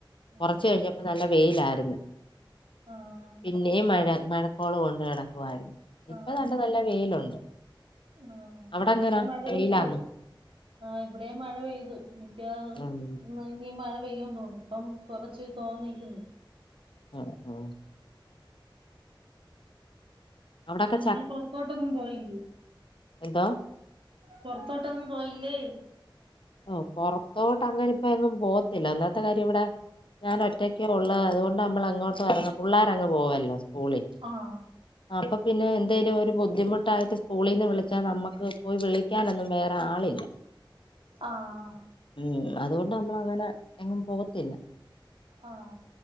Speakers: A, on the left (about 70°); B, on the right (about 80°).
A: കുറച്ച്
B: ആഹ്
A: കഴിഞ്ഞപ്പോ നല്ല വെയിലായിരുന്നു
B: ആഹ്
A: പിന്നെയും മഴ മഴക്കോള് കൊണ്ട് കെടക്കുവാര്ന്ന് ഇപ്പൊ
B: ആഹ്
A: നല്ല നല്ല വെയിലുണ്ട്.
B: ആഹ്
A: അവിടെ
B: ഇവിടെ
A: എങ്ങനെ
B: മഴ
A: വെയിലാന്ന്
B: പെയ്ത് ആഹ് ഇവടേം മഴ പെയ്ത്. മിക്കവാറും
A: ഉം,
B: ഇന്ന് ഇനി മഴ പെയ്യൂന്ന് തോന്നു ഇപ്പം കൊറച്ച് തോന്നിക്കുന്നു
A: ഉം ഉം അവിടൊക്കെ
B: പിന്നെ പൊറത്തോട്ടൊന്നും പോയില്ലേ
A: എന്താ
B: പൊർത്തോട്ടൊന്നും പോയില്ലേ.
A: ഓ പൊറത്തോട്ട് അങ്ങന ഇപ്പ എങ്ങും പോത്തില്ല അന്നാത്തെ കാര്യം ഇവിടെ ഞാൻ ഒറ്റയ്ക്ക ഒള്ള അതുകൊണ്ട് നമ്മൾ അങ്ങോട്ട് ഇറങ്ങ പിള്ളോരങ്ങ് പോവല്ലോ? പോള
B: ആഹ്
A: ആ അപ്പ പിന്നെ എന്തേലും ഒരു ബുദ്ധിമുട്ടായിട്ട് സ്കൂളിൽന്ന് വിളിച്ചാൽ നമ്മുക്ക് പോയി വിളിക്കാനൊന്നും വേറെ ആളില്ല.
B: ആഹ.
A: ഉം അതുകൊണ്ട് നമ്മൾ അങ്ങനെ എങ്ങും പോകത്തില്ല.
B: ആഹ.